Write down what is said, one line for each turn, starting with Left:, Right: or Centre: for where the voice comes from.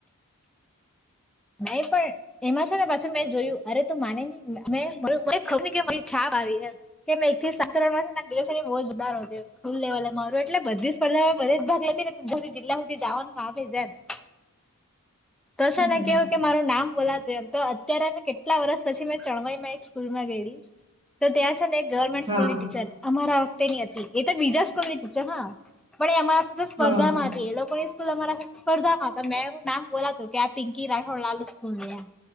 Centre: નહી. પણ એમાં છેને, પાછી મેં જોયું અરે તું માને ન મેને ખબરા મ કે એક થી સાતણ દિવ, બહુજ ઉારો સ્ૂલ લેવલે માર એટલે બધી સ્પર્ધા બધે જ ભાગ લેતી ને <inaudible> જિલ્લા હુધી જવાનું આવે જ એમ. તો છે
Right: હમ
Centre: ને કેવું કે મારું નામ બોલા તો અત્યારે મેં કેટલા વર્ષ પછી મેં ચણવાઈમાં એક સ્કૂલમાં ગેલી તો ત્યાં છે ને એક ગવર્મેન્ટ
Right: હા
Centre: સ્કૂલ ની ટીચર અમારા વખતે ની હતી એ તો બીજા સ્કૂલ ની ટીચર હા પણ એ અમા સ્પર્ધામાં
Right: હા
Centre: હતી એ લોકો સ્કૂલ અમારા સ્પર્ધામાં તો મેંનું નામ બોલા કે્યા પિંકી રાઠોડ લાલ સ્કૂલયા